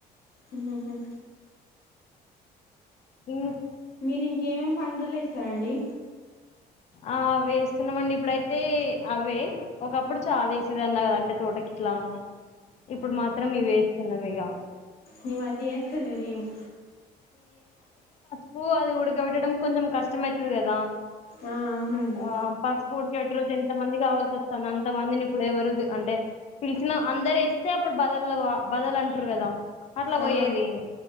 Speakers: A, on the left (about 65°); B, on the left (about 40°).
A: ఉహుహు.
B: ఇ
A: మీరు ఇంకేమేమి పంటలు ఎస్తారండి
B: ఆ అవే వేస్తున్నామండి ఇప్పుడైతే అవే ఒకప్పుడు చాలా వేసేది అన్న కదంటే తోట ట్లా ఇప్పుడు మాత్రం ఇవి వేస్తున్నాం ఇక
A: నీ మరిది చేస్తలేరేమో
B: హఊ అది ఉడక బేట్టడం కొంచెం కష్టమయవుతుంది కదా
A: ఆ, అవునండి
B: ఆ ఫస్ ఫుడ్కడ్రోజు ఎంత మంది కావాల స్తాను అంత మందిని ఇప్పుడు ఎవరు అంటే పిలిచినా అందరు ఇస్తే అప్పుడు బలు బదులు అంటారు ద అట్లా
A: ఆ,
B: పోయేది